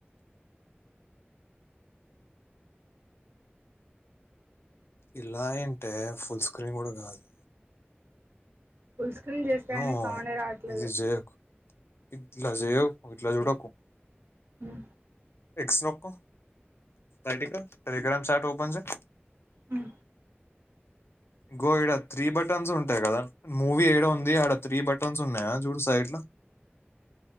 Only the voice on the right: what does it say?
ఫుల్ స్క్రీన్ చేస్తే
గాని సౌండే రావట్లేదు.
మ్
మ్